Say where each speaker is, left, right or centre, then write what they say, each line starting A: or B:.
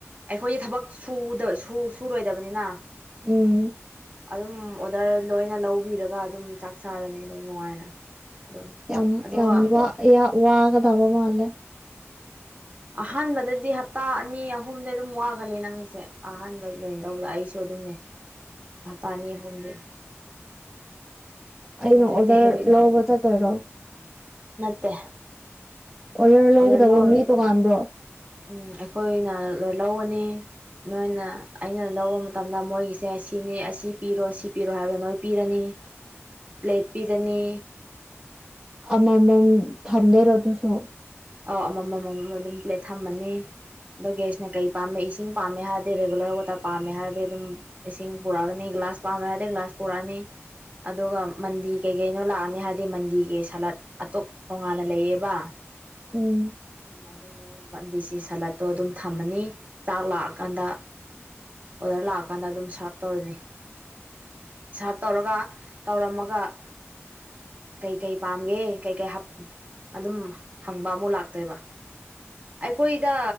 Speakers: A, on the right; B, on the right.
A: ꯑꯩꯈꯣꯏꯗꯤ ꯊꯕꯛ ꯁꯨꯗ ꯁꯨꯔꯣꯏꯗꯕꯅꯤꯅ
B: ꯎꯝ
A: ꯑꯗꯨꯝ ꯑꯣꯗꯔ ꯂꯣꯏꯅ ꯂꯧꯕꯤꯔꯒ ꯑꯗꯨꯝ ꯆꯥꯛ ꯆꯥꯔꯅꯤ ꯑꯗꯨꯝ ꯅꯨꯡꯉꯥꯏꯅ ꯑꯗꯨꯅꯤ
B: ꯌꯥꯝ
A: ꯑꯗꯨꯒ
B: ꯌꯥꯝ ꯋꯥ ꯌꯥ ꯋꯥꯒꯗꯕ ꯃꯥꯜꯂꯦ
A: ꯑꯍꯥꯟꯕꯗꯗꯤ ꯍꯞꯇꯥ ꯑꯅꯤ ꯑꯍꯨꯝꯗꯤ ꯑꯗꯨꯝ ꯋꯥꯒꯅꯤ ꯅꯪꯁꯦ ꯑꯍꯥꯟꯕꯒꯤ ꯖꯣꯏꯟ ꯇꯧꯕꯗ ꯑꯩꯁꯨ ꯑꯗꯨꯝꯅꯦ ꯍꯥꯞꯇ ꯑꯅꯤ ꯑꯍꯨꯝꯗꯤ
B: ꯑꯩꯅ
A: ꯍꯧꯖꯤꯛꯇꯤ
B: ꯑꯣꯗꯔ
A: ꯍꯦꯕꯤꯠ
B: ꯂꯧꯕ ꯆꯠꯇꯣꯏꯔꯣ
A: ꯅꯠꯇꯦ
B: ꯑꯣꯔꯗꯔ ꯂꯧꯒꯗꯕ
A: ꯑꯣꯗꯔ ꯂꯧꯔ
B: ꯃꯤ ꯇꯣꯉꯥꯟꯕ꯭ꯔꯣ
A: ꯎꯝ ꯑꯩꯈꯣꯏꯅ ꯂꯧꯒꯅꯤ ꯅꯣꯏꯅ ꯑꯩꯅ ꯂꯧꯕ ꯃꯇꯝꯗ ꯃꯣꯏꯒꯤꯁꯦ ꯁꯤꯅꯤ ꯑꯁꯤ ꯄꯤꯔꯣ ꯁꯤ ꯄꯤꯔꯣ ꯍꯥꯏꯕꯗ ꯅꯣꯏ ꯄꯤꯔꯅꯤ ꯄ꯭ꯂꯦꯠ ꯄꯤꯔꯅꯤ
B: ꯑꯃꯃꯝ ꯊꯝꯗꯣꯏꯔꯥ ꯑꯗꯨꯁꯨ
A: ꯑꯥꯎ ꯑꯃꯃꯝ ꯑꯃꯃꯝ ꯑꯗꯨꯝ ꯄ꯭ꯂꯦꯠ ꯊꯝꯃꯅꯤ ꯑꯗꯣ ꯒ꯭ꯌꯥꯁꯅ ꯀꯩ ꯄꯥꯝꯃꯦ ꯏꯁꯤꯡ ꯄꯥꯝꯃꯦ ꯍꯥꯏꯔꯗꯤ ꯔꯦꯒꯨꯂꯔ ꯋꯥꯇꯔ ꯄꯥꯝꯃꯦ ꯍꯥꯏꯔꯗꯤ ꯑꯗꯨꯝ ꯏꯁꯤꯡ ꯄꯨꯔꯛꯑꯅꯤ ꯒ꯭ꯂꯥꯁ ꯄꯥꯝꯃꯦ ꯍꯥꯏꯗ ꯒ꯭ꯂꯥꯁ ꯄꯨꯔꯛꯑꯅꯤ ꯑꯗꯨꯒ ꯃꯟꯗꯤ ꯀꯩ ꯀꯩꯅꯣ ꯂꯥꯛꯑꯅꯤ ꯍꯥꯏꯗꯤ ꯃꯟꯗꯤꯒꯤ ꯁꯂꯠ ꯑꯇꯣꯞ ꯇꯣꯉꯥꯟꯅ ꯂꯩꯌꯦꯕ
B: ꯎꯝ
A: ꯑꯗꯨ ꯕꯟꯗꯤꯁꯤ ꯁꯂꯠꯇꯣ ꯑꯗꯨꯝ ꯊꯝꯃꯅꯤ ꯆꯥꯛ ꯂꯥꯛꯑꯀꯥꯟꯗ ꯑꯣꯗꯔ ꯂꯥꯛꯑꯀꯥꯟꯗ ꯑꯗꯨꯝ ꯁꯥꯔꯞ ꯇꯧꯔꯅꯤ ꯁꯥꯔꯞ ꯇꯧꯔꯒ ꯇꯧꯔꯝꯃꯒ ꯀꯩꯀꯩ ꯄꯥꯝꯒꯦ ꯀꯩꯀꯩ ꯑꯗꯨꯝ ꯍꯪꯕ ꯑꯃꯨꯛ ꯂꯥꯛ ꯇꯩꯕ ꯑꯩꯈꯣꯏꯗ